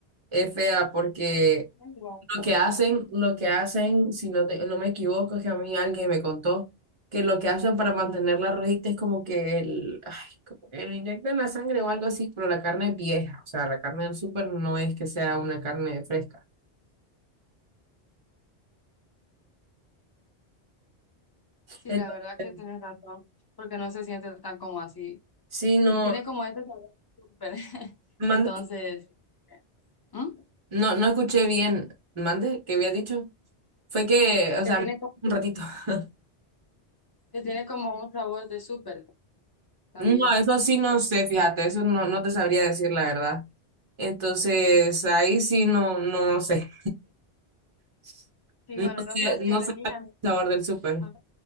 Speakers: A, on the right (about 55°); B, on the left (about 30°).
A: es fea porque
B: la- Igual.
A: lo que hacen, lo que hacen, si no, te- no me equivoco, es que a mí alguien me contó que lo que hacen para mantener la rojita es como que el, ay, como que le inyectan la sangre o algo así, pero la carne es vieja, o sea, la carne del súper no es que sea una carne fresca.
B: Sí,
A: Entonces,
B: la verdad que tienes razón porque no se siente tan como así
A: sí, no,
B: Y tiene como este sabor súper. <laughs>
A: mande-
B: Entonces, ¿Mm?
A: no, no escuché bien. ¿Mande? ¿Qué había dicho? Fue que, o
B: Que
A: sea,
B: tiene como,
A: un ratito. <laughs>
B: que tiene como un sabor de súper también.
A: No, eso sí
B: Ok.
A: no sé, fíjate, eso no, no te sabría decir la verdad. Entonces, ahí sí no, no no sé. <laughs>
B: Sí,
A: No
B: bueno, entonces
A: sé, no
B: yo le
A: sé
B: dije
A: el
B: a mi...
A: sabor del súper.
B: Ajá.